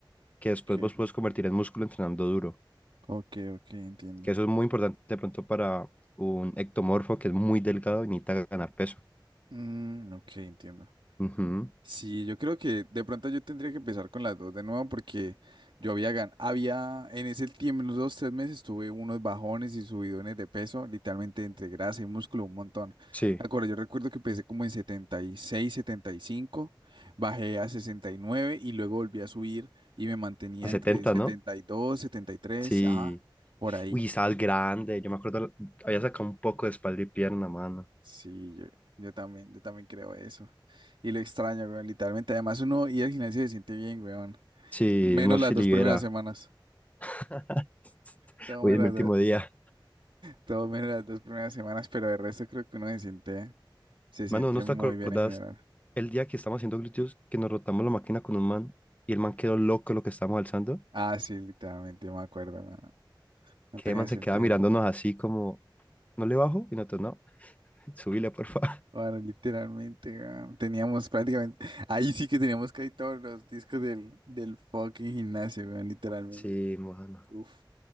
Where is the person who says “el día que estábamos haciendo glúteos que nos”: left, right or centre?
Left